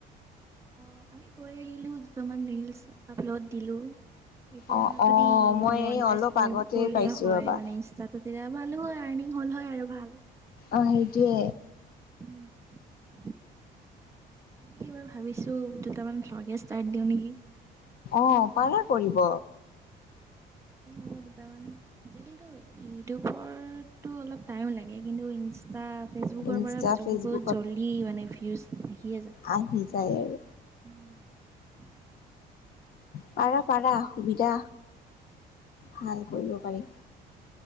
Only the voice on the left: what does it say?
অ',
অ', মই
এই অলপ
আগতে পাইছোঁ
ৰ'বা
অ সেইটোৱে
অঁ পাৰা কৰিব
ইনষ্টা
ফেচবুকত
আহি যায় আৰু
পাৰা পাৰা সুবিধা ভাল
কৰিব পাৰি